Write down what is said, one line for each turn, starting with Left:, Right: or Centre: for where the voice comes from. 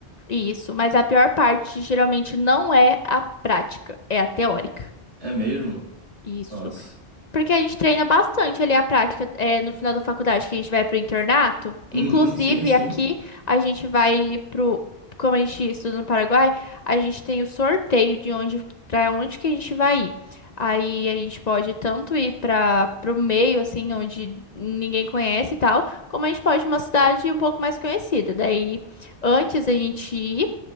Left: Isso, mas a pior parte geralmente não é a prática, é a teórica.
Right: É mesmo?
Left: Isso.
Right: Nossa.
Left: Porque a gente treina bastante ali a prática é, no final da faculdade, que a gente vai pro internato.
Right: Uhum,
Left: Inclusive,
Right: sim, sim.
Left: aqui a gente vai pro. Como a gente estuda no Paraguai, a gente tem o sorteio de onde para onde que a gente vai ir. Aí a gente pode tanto ir para pro meio, assim, onde ninguém conhece e tal, como a gente pode ir uma cidade um pouco mais conhecida. Daí, antes a gente ir,